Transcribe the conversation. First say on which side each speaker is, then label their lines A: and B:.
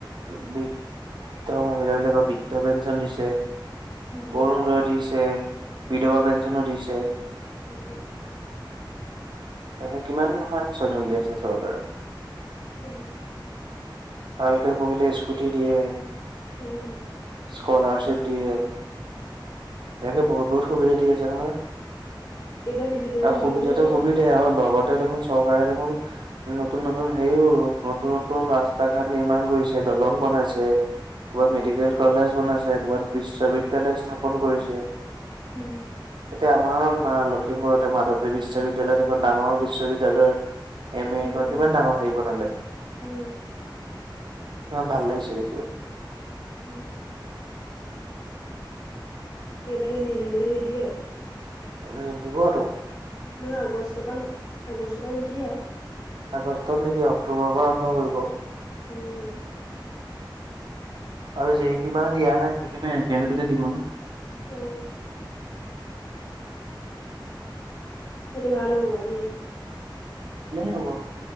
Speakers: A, on the right (about 70°); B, on the left (about 45°).
A: বৃদ্ধ মহিলাবিলাকক বৃদ্ধ পেঞ্চন দিছে।
B: উম।
A: অৰুণোদয় দিছে, বিধৱা পেঞ্চনো দিছে।
B: <unintelligible>
A: তেন্তে কিমানৰ <unintelligible> আঁচনি উলিয়াইছে চৰকাৰে‌?
B: তাকেহে।
A: ভালকে পঢ়িলে স্কুটি দিয়ে।
B: উম।
A: স্কলাৰশ্বিপ দিয়ে। এনেকে বহুত, বহুত সুবিধা দি আছে নহয়
B: এইবাৰ নিযুত মইনা
A: আৰু
B: নিদিব
A: সুবিধাতো
B: নে কি এতিয়া
A: সুবিধাই আৰু লগত এতিয়া দেখোন চৰকাৰে দেখোন নতুন, নতুন হেৰিও নতুন, নতুন ৰাস্তা ঘাট নিৰ্মাণ কৰিছে। দলং বনাইছে ক'বাত
B: উম
A: মেডিকেল। কলেজ বনাইছে ক'ৰবাত বিশ্ববিদ্যালয় স্থাপন কৰিছে।
B: উম।
A: এতিয়া আমাৰ লখিমপুৰতে মাধৱদেৱ বিশ্ববিদ্যালয়ত এখন ডাঙৰ বিশ্ববিদ্যালয়ৰ এ মই
B: উম
A: বা এখন
B: উম
A: কিমান ডাঙৰ হেৰি বনালে।
B: উম।
A: অ', ভাল লাগিছে দেখিবলৈ।
B: ওম। <unintelligible>
A: উ দিব টো
B: নহয় আগষ্টৰ পৰা আগষ্টৰ পৰা নিদিয়ে আৰু
A: আগষ্টত নিদিয়া অক্টোবৰৰ পৰা আৰম্ভ কৰিব।
B: উম।
A: আৰু যি
B: অক্টোবৰ
A: কেমাহ দিয়া নাই সেইবিলাক একে লগেতে দিব ন।
B: অ'। সেইটো ভাল হ'ব ব দেই।
A: দিলে হ'ব।